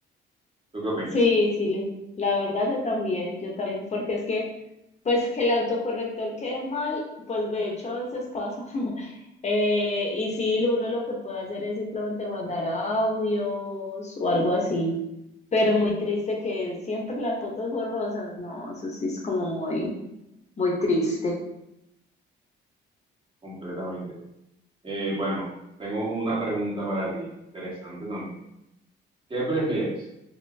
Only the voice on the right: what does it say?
¿Tú qué opinas?
Completamente. Eh, bueno, tengo una pregunta para ti, interesante también. ¿Qué prefieres?